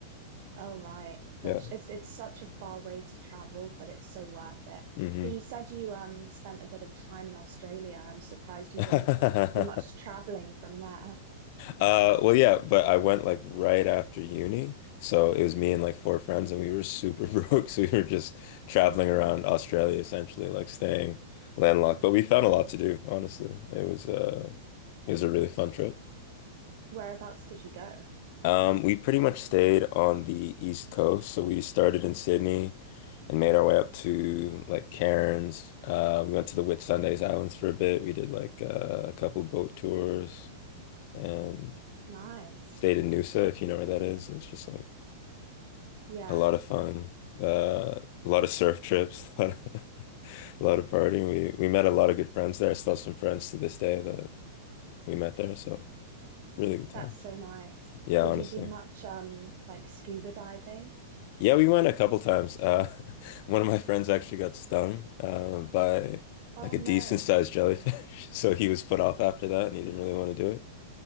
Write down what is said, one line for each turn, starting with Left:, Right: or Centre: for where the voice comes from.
Right: All right.
Left: yeah.
Right: Gosh, it's it's such a far way to travel, but it's so worth it.
Left: hmm
Right: But you said you um spent a bit of time in Australia. I'm surprised you
Left: <laughs>
Right: didn't do much traveling from there.
Left: Uh well yeah, but I went like right after uni. So it was me and like four friends and we were super <laughs> broke. So we were just traveling around Australia essentially, like staying landlocked. But we found a lot to do, honestly. It was uh it was a really fun trip.
Right: Whereabouts did you go?
Left: Um, we pretty much stayed on the East Coast, so we started in Sydney and made our way up to like Cairns. Uh, we went to the Whitsundays Islands for a bit. We did like uh, a couple boat tours and
Right: Nice.
Left: stayed in Noosa, if you know where that is. It was just like
Right: Yeah.
Left: a lot of fun. Uh, a lot of surf trips, <laughs> a lot of, a lot of partying. We we met a lot of good friends there. Still some friends to this day that we met there, so really good times.
Right: That's so nice.
Left: Yeah,
Right: Did
Left: honestly.
Right: you do much um like scuba diving?
Left: Yeah, we went a couple times. Uh, <laughs> one of my friends actually got stung uh, by
Right: Oh
Left: like a
Right: no.
Left: decent sized jellyfish, <laughs> so he was put off after that, and he didn't really want to do it.